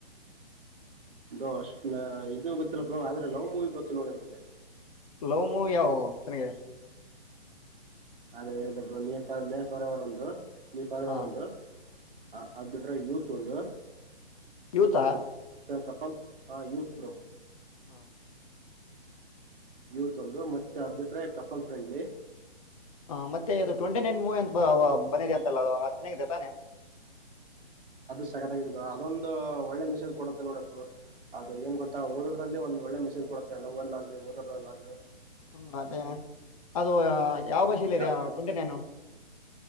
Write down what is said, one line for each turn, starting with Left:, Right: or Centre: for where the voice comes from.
Right: ಬೋ ಅಷ್ಟ್ ಇದು ಗೊತ್ತಿಲ್ಲ ಬ್ರೋ ಆದ್ರೆ ಲವ್ ಮೂವಿ ಗೊತ್ತು ನೋಡ ನನ್ಗೆ
Left: ಲವ್ ಮೂವಿ ಯಾವು ಚೆನ್ನಾಗಿ
Right: ಅದೇ ಹೇಳದೆ ಬ್ರೊ ನೇ ನೆ ಫರವರ್ ಒಂದು ನೀ ಪರ್ವರ್
Left: ಹಾ
Right: ಒಂದು ಅ ಅದ್ ಬಿಟ್ಟರೆ ಯೂತ್ ಒಂದು.
Left: ಯೂತಾ
Right: ಮತ್ತೆ ಕಪಲ್ ಆ ಯೂತ ಬ್ರೋ
Left: <inaudible>
Right: ಯೂತ್ ಒಂದು ಮತ್ತೆ ಅದಬಿಟ್ರೆ ಕಫಲ್ ಫ್ರೆಂಡ್ಲಿ.
Left: ಹ ಮತ್ತೆ ಅದು ಟ್ವೆಂಟಿ ನೈನ್ ಮೂವಿ ಅಂತ ಬಂದಿದೆ ಅಂತಲ್ಲ ಅ ಚೆನ್ನಾಗಿದೆ ತಾನೆ.
Right: ಅದು ಸಕತತ್ತಾಗ್ ಅದೊಂದು ಒಳ್ಳೆ ಮೆಸೇಜ್ ಕೊಡುತ್ತೆ ನೋಡಕ್ ಬ್ರೊ ಅದು ಏನ್ ಗೊತ್ತಾ ಓದೊದರಲ್ಲಿ ಒಂದಒಳ್ಳೆ ಮೆಸೇಜ್ ಕೊಡುತ್ತೆ ನೋವುಲ್ ಆಗಲಿ ಓದ್ರಲ್ಲಾಲಿ ಆಗಲಿ..
Left: ಹ್ಮ್ ಅದೇ ಅದು ಯಾವ ಭಾಷೆಲಿ
Right: ಯಾ
Left: ಇದೆ ಟ್ವೆಂಟಿ ನೈನು.